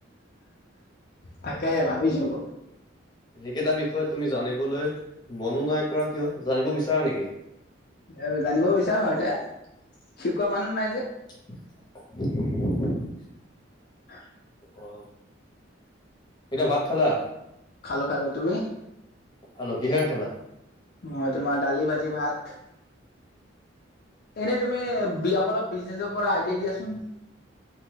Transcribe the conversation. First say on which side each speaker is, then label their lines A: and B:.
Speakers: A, on the left (about 50°); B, on the left (about 25°).
A: তাকে ভাবিছো
B: সেইকেইটা বিষয়ে তুমি জানিবলৈ মনোনাই কৰা কিয় জানিব বিচাৰা নেকি?
A: এই জানিব বিচাৰো সতে শিকোৱা মানুহ নাই যে
B: <unintelligible>
A: <unintelligible>
B: অ তেতিয়া ভাত খালা?
A: খালোঁ খালোঁ, তুমি?
B: খালোঁ। কিহেৰে খালা?
A: মই তোমাৰ দালি, ভাজি, ভাত। এনেই তুমি অলপ বিজনেচৰ পৰা আইডিয়া দিয়াচোন